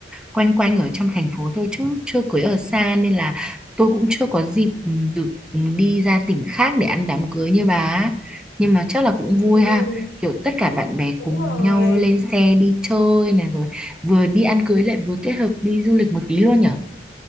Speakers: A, in the centre; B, on the left (about 65°).
A: quanh quanh ở trong thành phố thôi chứ chưa cưới ở xa nên là tôi cũng chưa có dịp ừm, được ừm, đi ra tỉnh khác để ăn đám cưới như bà. á. Nhưng mà chắc là cũng
B: Ừ.
A: vui ha. Kiểu tất cả bạn bè
B: đúng
A: cùng
B: rồi
A: nhau lên xe đi chơi này rồi vừa đi ăn cưới lại vừa kết hợp đi du lịch một tí luôn nhỉ?